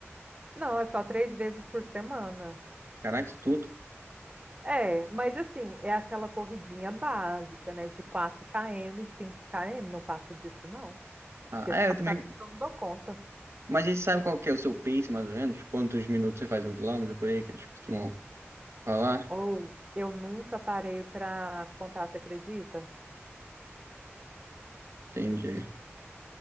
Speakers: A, on the right; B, on the right.
A: Não, é só três vezes por semana.
B: Caraca, isso tudo.
A: É, mas assim, é aquela corridinha básica, né? De 4 km, 5 km, não passa disso, não.
B: Ah,
A: Porque se
B: é,
A: passar,
B: eu também.
A: eu não dou conta.
B: Mas a gente sabe qual que é o seu pace, mais ou menos? Quantos minutos você faz um quilômetro por aí? Que eles costumam Falar?
A: Ou eu nunca parei para contar, você acredita?
B: Entendi.